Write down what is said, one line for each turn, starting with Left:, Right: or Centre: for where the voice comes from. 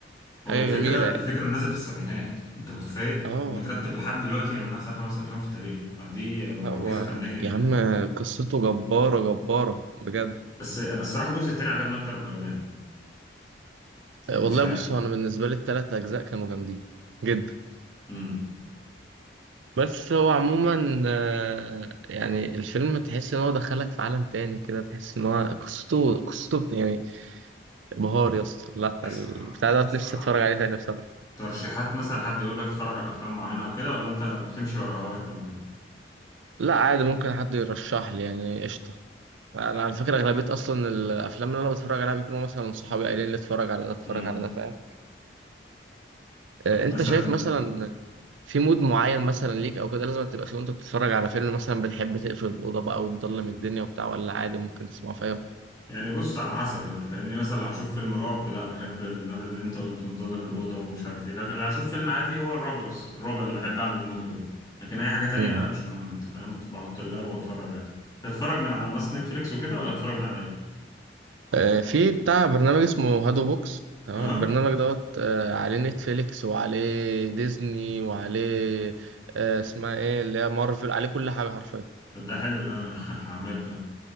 Left: هو
Right: حاجة
Left: الفكره
Right: جميلة يعني
Left: الفكره انه نازل في السبعينات انت متخيل
Right: اه
Left: ومترتب لحد دلوقتي انه من احسن خمس افلام في التاريخ فدي معجزه
Right: هو
Left: فنيه يعني
Right: يا عم قصته جبارة جبارة بجد
Left: بس انا الصراحه الجزء الثاني عجبني اكتر من الاولاني يعني
Right: أه، والله
Left: مش عارف
Right: بص أنا بالنسبة لي التلات أجزاء كانوا جامدين جدا
Left: امم
Right: بس هو عموما آه، يعني الفيلم تحس إن هو دخلك في عالم تاني كده تحس إن هو قصته قصته بت- يعني بهار يا اسطى لا
Left: تسمع
Right: البتاع ده
Left: بتسمع
Right: نفسي أتفرج عليه تاني بصراحة
Left: ترشيحات مثلا حد يقول لك اتفرج على افلام معينه او كده ولا انت بتمشي ورا هواك ولا ايه؟
Right: لا عادي ممكن حد يرشح لي يعني قشطة أنا على فكرة أغلبية أصلا الأفلام اللي أنا بتفرج عليها بيكونوا مثلا صحابي قايلين لي اتفرج على ده اتفرج
Left: امم
Right: على ده فاهم
Left: طب
Right: آه، أنت
Left: مثلا
Right: شايف مثلا في مود معين مثلا ليك او كده لازم تبقى فيه وانت بتتفرج على فيلم مثلا بتحب تقفل الاوضه بقى وتضلم الدنيا وبتاع ولا عادي ممكن تسمعه في اي وقت
Left: يعني بص على حسب انت فاهمني مثلا لو هشوف فيلم رعب لا بحب النفس اللي انت قلته مظلم الاوضه ومش عارف ايه لكن لو هشوف فيلم عادي هو الرعب بس الرعب اللي بحب اعمل مود كده لكن اي حاجه تانية
Right: مم.
Left: لا مش مهم انت فاهم بت- بحط اللاب واتفرج عادي تتفرج من على منصه نتفليكس وكده ولا تتفرج من على ايه
Right: آه، في بتاع برنامج اسمه هادو بوكس تمام
Left: اه
Right: البرنامج دوت آه، عليه نتفليكس وعليه ديزني وعليه آه، اسمها ايه اللي هي مارفل عليه كل حاجه حرفيا
Left: طب ده حلو ده انا <laughs> هعمله فاهم